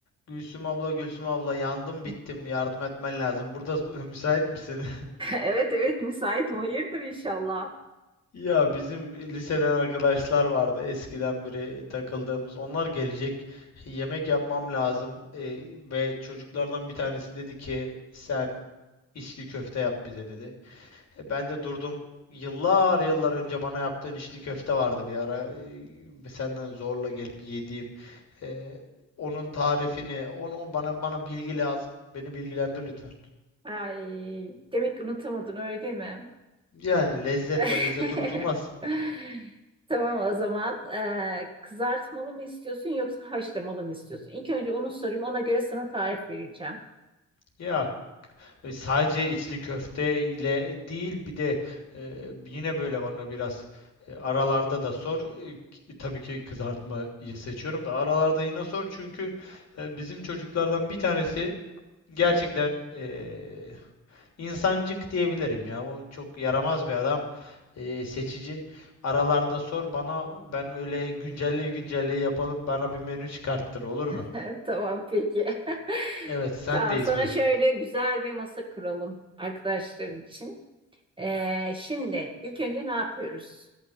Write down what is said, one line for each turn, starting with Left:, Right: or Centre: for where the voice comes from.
Left: Gülsüm abla, Gülsüm abla yandım bittim.
Right: <laughs>
Left: Yardım etmen lazım. Burada <laughs> müsait misin? <laughs>
Right: Evet evet müsaitim. Hayırdır inşallah.
Left: Ya bizim liseden arkadaşlar vardı eskiden beri takıldığımız. Onlar gelecek. Yemek yapmam lazım. Ee, ve çocuklardan bir tanesi dedi ki sen içli köfte yap bize dedi. E, Ben de durdum. Yıllar yıllar önce bana yaptığın içli köfte vardı bir ara. Ee, Senden zorla gelip yediğim. Ee, onun tarifini, onu bana bana bilgi lazım. Beni bilgilendir lütfen.
Right: Ay, demek ki unutamadın öyle mi?
Left: Yani lezzet,
Right: <laughs>
Left: o lezzet unutulmaz.
Right: Tamam o zaman Ee, kızartmalı mı istiyorsun yoksa haşlamalı mı istiyorsun? İlk önce onu sorayım ona göre sana tarif vereceğim.
Left: Ya e, sadece içli köfte ile değil bir de e, yine böyle bana biraz e, aralarda da sor. E, k- tabii ki kızartmayı seçiyorum da aralarda yine sor çünkü e, bizim çocuklardan bir tanesi gerçekten e, insancık diyebilirim ya. O çok yaramaz bir adam. e, seçici. Aralarda sor bana ben öyle güncelle güncelle yapalım bana bir menü çıkarttır olur mu?
Right: <laughs> Tamam peki. <laughs>
Left: Evet sendeyiz
Right: Tamam sana
Left: buyur.
Right: şöyle güzel bir masa kuralım arkadaşların için. Ee, şimdi ilk önce ne yapıyoruz?